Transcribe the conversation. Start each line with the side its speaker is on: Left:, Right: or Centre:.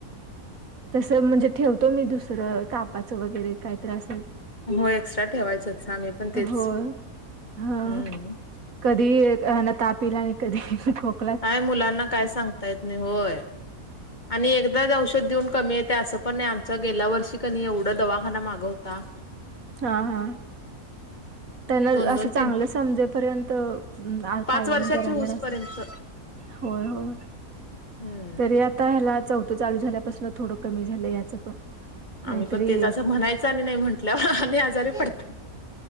Right: तसं म्हणजे ठेवतो मी दुसरं तापाचं वगैरे काय त्रास
Left: हो एक्स्ट्रा ठेवायचंच साम पण तेच
Right: होय. हा
Left: हम्म.
Right: कधी तापला आणि कधी खोक.
Left: काय मुलांना काय सांगता येत नाही होय. आणि एकदाच औषध देऊन कमी येते असं पण नाही आमच गेल्या वर्षी कनी एवढा दवाखाना मागं होता.
Right: हा हा त्यांना
Left: दोन
Right: असं
Left: दोन
Right: चांगलं
Left: तीन
Right: समजेपर्यंत
Left: पाच
Right: कायम
Left: वर्षाची
Right: जरा
Left: होऊस
Right: जरा अस
Left: पर्यंत
Right: होय होय.
Left: हम्म.
Right: ते आता ह्याला चौथं चालू झाल्यापासून थोडं कमी झालं याचं पण नाहीतरी
Left: आम्ही पण तेच असं म्हणायच आणि नाही म्हंटल्यावर आ् आजारी पडतो.